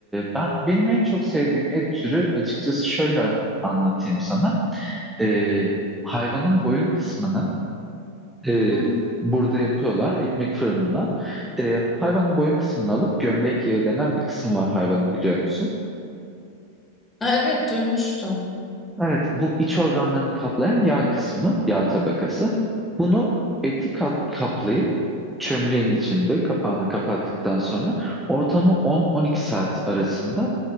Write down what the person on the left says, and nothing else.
Hı hı.
A, evet duymuştum.
hı.